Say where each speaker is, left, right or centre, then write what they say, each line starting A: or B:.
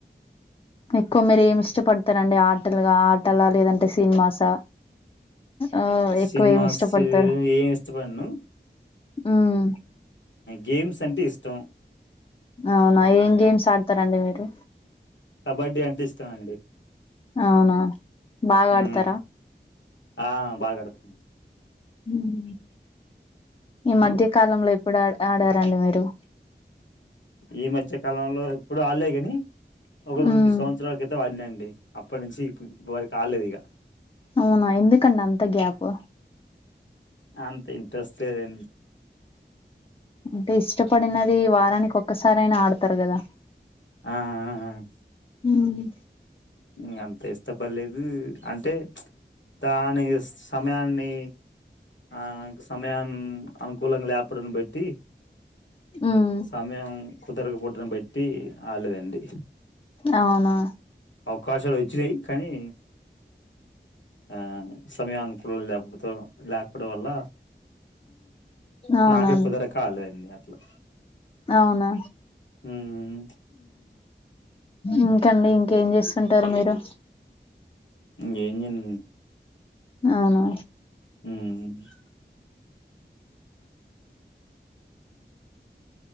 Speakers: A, on the left; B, on the left.
A: ఎక్కువ మీరు ఏమి ఇష్టపడతారండి, ఆటలుగా ఆటలా లేదంటే సినిమాసా? ఆ ఎక్కువ
B: సినిమాస్
A: ఏమి ఇష్టపడతారు
B: ఏమి ఇష్టపడను
A: ఉమ్
B: గేమ్స్ అంటే ఇష్టం.
A: అవునా ఏం గేమ్స్ ఆడ్తరండి మీరు?
B: కబడ్డీ అంటే ఇష్టమండి.
A: అవునా బాగా
B: హ్
A: ఆడతారా
B: ఆ బాగాడ్తుం
A: హ్ ఈ మధ్య కాలంలో ఎప్పుడు ఆడ్ ఆడారండి మీరు?
B: ఈ మధ్య కాలంలో ఎప్పుడు ఆడ్లే గని ఒక రెండు
A: ఉమ్
B: సంవత్సరాల క్రితం ఆడిన అం డి అప్పట్ నుంచి ఇప్ ఇప్పటి వరకి ఆడ్లేద్ ఇగ
A: అవునా ఎందుకండ్ అంత గ్యాప్
B: అంత ఇంట్రెస్ట్ లేదన్
A: అంటే ఇష్టపడినది వారానిక్ ఒక్క సారైనా ఆడ్తర్ గదా
B: ఆ ఆ....
A: మ్
B: మ్ అంత ఇష్టపడ్ లేదు అంటే దాని సమయాన్ని ఆ సమయన్ అనుకో కులం లేపడ్న్ బట్టి
A: ఉమ్
B: సమయం కుదరక పూటన పెట్టి ఆడ్లేదండి.
A: అవునా
B: అవకాశాల్ వచ్చినయి కనీ ఆ సమయానుకూలం లేకపొతే లేకపోడం వల్ల
A: అవునా
B: నాకే కుదరక ఆడ్లే అండి అట్లా
A: అవునా
B: ఉమ్
A: ఇంకండి ఇంకేం చేస్తుంటారు మీరు?
B: ఇంకేం చేయన్
A: అవునా
B: మ్